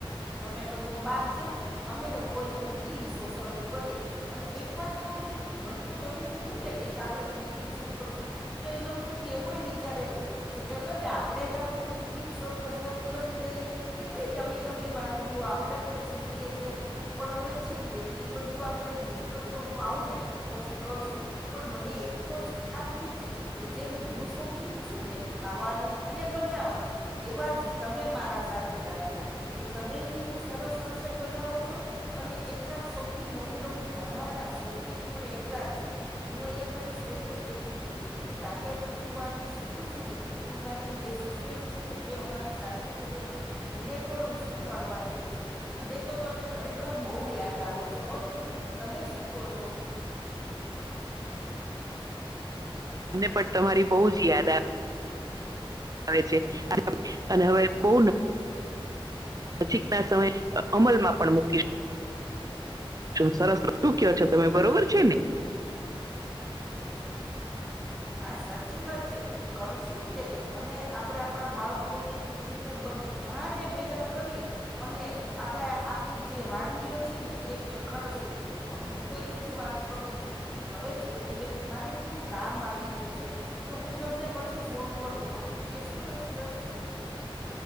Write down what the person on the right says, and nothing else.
<inaudible> મને પણ તમારી બો જ યાદ આવે.
આવે છે અને અવે બો નજીક ના સમયે અમલમાં પણ મૂકી સરસ શું કેઓ છો તમે બરોબર છે ને